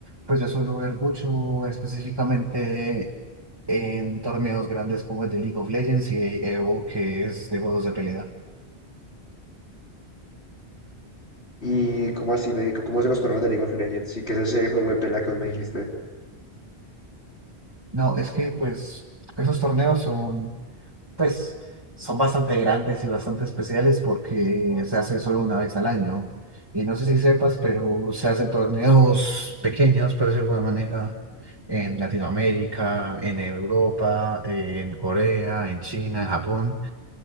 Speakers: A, on the right (about 20°); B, on the left (about 75°).
A: pues yo suelo ver mucho específicamente en torneos grandes como el de League of Legends y de EVO, que es de juegos de pelea.
B: Y cómo así, ve- cómo es los torneos de League of Legends, sí, que es ese juego de pelea que vos me dijiste.
A: No, es que pues esos torneos son pues son bastante grandes y bastante especiales porque se hace solo una vez al año. Y no sé si sepas, pero se hacen torneos pequeños, por decirlo de alguna manera, en Latinoamérica, en Europa, en Corea, en China, en Japón.